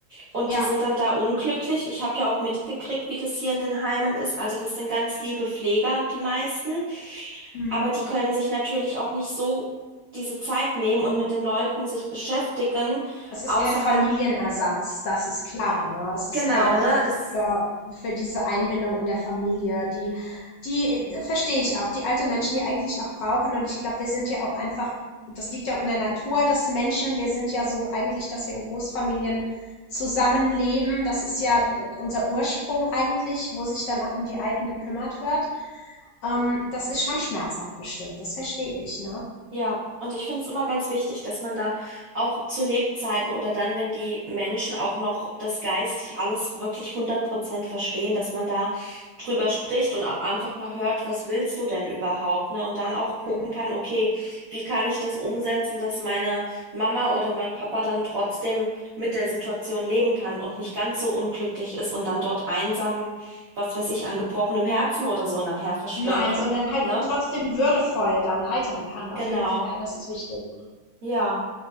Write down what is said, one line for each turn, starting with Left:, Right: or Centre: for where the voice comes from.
Right: Und
Left: ja.
Right: die sind dann da unglücklich. Ich habe ja auch mitgekriegt, wie das hier in den Heimen ist. Also das sind ganz liebe Pfleger, die meisten.
Left: Hm.
Right: Aber die können sich natürlich auch nicht so diese Zeit nehmen und mit den Leuten sich beschäftigen,
Left: Es ist
Right: außerhalb,
Left: kein Familienersatz, das ist klar, ne? Es ist
Right: genau,
Left: kein Genau. Ersatz
Right: ne? Es
Left: für, für diese Einbindung in der Familie. Die, die äh, verstehe ich auch, die alte Menschen, die eigentlich auch brauchen. Und ich glaube, wir sind ja auch einfach, das liegt ja auch in der Natur des Menschen. Wir sind ja so eigentlich, dass wir in Großfamilien zusammenleben. Das ist ja äh, unser Ursprung eigentlich, wo sich dann auch um die Alten gekümmert wird. Ähm, das ist schon schmerzhaft bestimmt, das verstehe ich, ne?
Right: Ja, und ich finde es immer ganz wichtig, dass man da auch zu Lebzeiten oder dann, wenn die Menschen auch noch das geistig alles wirklich hundert Prozent verstehen, dass man da drüber spricht und auch einfach mal hört, was willst du denn überhaupt, ne? Und dann auch gucken
Left: Mhm.
Right: kann, okay, wie kann ich das umsetzen, dass meine Mama oder mein Papa dann trotzdem mit der Situation leben kann und nicht ganz so unglücklich ist und dann dort einsam, was weiß ich, an gebrochenem Herzen oder so nachher verstirbt,
Left: Nein, sondern
Right: ob-
Left: halt
Right: ne?
Left: trotzdem würdevoll dann altern kann, auf
Right: Genau.
Left: jeden Fall. Das ist wichtig.
Right: Ja.